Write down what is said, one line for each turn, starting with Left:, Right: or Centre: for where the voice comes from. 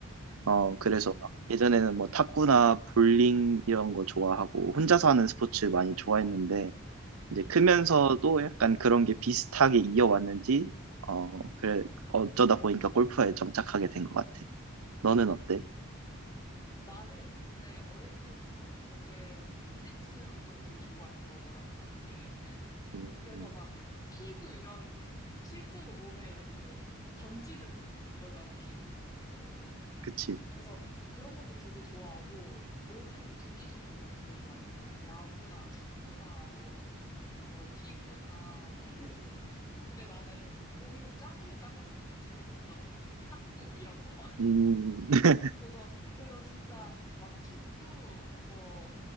Right: 어,
Left: 응,
Right: 그래서 막 예전에는 뭐 탁구나 볼링 이런 거 좋아하고 혼자서 하는 스포츠 많이 좋아했는데 이제
Left: 응,
Right: 크면서도 약간 그런 게 비슷하게 이어왔는지 어, 그래 어쩌다 보니까 골프에 정착하게 된 것 같아. 너는
Left: 응.
Right: 어때?
Left: 나는 근데 어릴 때부터 되게 부딪히는 운동을 되게 좋아했어, 너랑 다르게.
Right: 음,
Left: 그래서 막 피구 이런 실제로 몸에 이렇게 던지는 거잖아, 피구 이런 것도.
Right: 그치.
Left: 그래서 그런 것도 되게 좋아하고 모든 구기 종목을 되게 좋아했어. 그래서 야구나 축구나 뭐, 뭐 피구나 뭐 <laughs> 이런. 근데 나는 공이 작으면 작을수록 재미가 없더라고. 탁구 이런 거.
Right: 음, <laughs>
Left: 그래서, 그래서 진짜 막 축구, 뭐,